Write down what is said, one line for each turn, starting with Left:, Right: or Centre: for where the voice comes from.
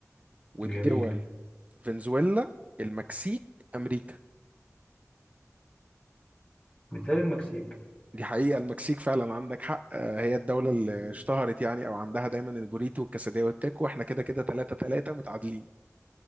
Right: والدول
Left: جميل
Right: فنزويلا المكسيك أمريكا
Left: مثال المكسيك
Right: دي حقيقة المكسيك فعلا عندك حق آه، هي الدولة
Left: مم.
Right: اللي اشتهرت يعني أو عندها دايما البوريتو والكاسادية والتاكو احنا كده كده تلاتة تلاتة متعادلين